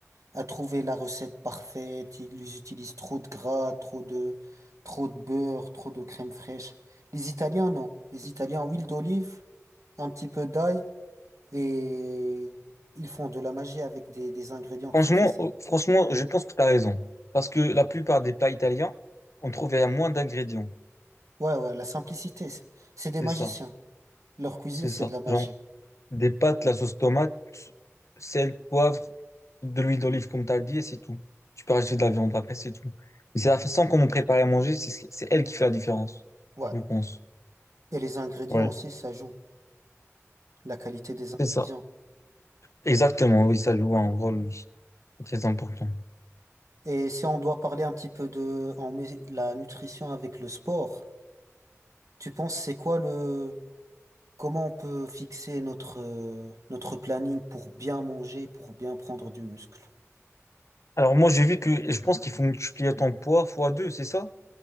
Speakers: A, on the right (about 80°); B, on the left (about 65°).
A: à trouver la recette parfaite. Ils utilisent trop de gras, trop de, trop de beurre, trop de crème fraîche. Les Italiens, non. Les Italiens, huile d'olive, un petit peu d'ail et ils font de la magie avec des, des ingrédients
B: Franchement,
A: très très simples.
B: euh, franchement, je pense que tu as raison. Parce que la plupart des plats italiens, on trouve il y a moins d'ingrédients.
A: Ouais, ouais, la simplicité, c'est c'est des
B: C'est
A: magiciens.
B: ça,
A: Leur cuisine,
B: c'est
A: c'est
B: ça.
A: de la magie.
B: Genre, des pâtes, la sauce tomate, sel, poivre, de l'huile d'olive, comme tu as dit, et c'est tout. Tu peux rajouter de la viande après, c'est tout. Mais c'est la façon qu'on on prépare à manger, c'est c'est elle qui fait la différence,
A: Ouais.
B: je pense.
A: Et les ingrédients
B: Ouais,
A: aussi, ça joue. La qualité des ingrédients.
B: c'est ça. Exactement, oui, ça joue un rôle oui. très important.
A: Et si on doit parler un petit peu de en mé- la nutrition avec le sport, tu penses c'est quoi le comment on peut fixer notre euh, notre planning pour bien manger, pour bien prendre du muscle?
B: Alors moi, j'ai vu que et je pense qu'il faut multiplier ton poids fois 2, c'est ça?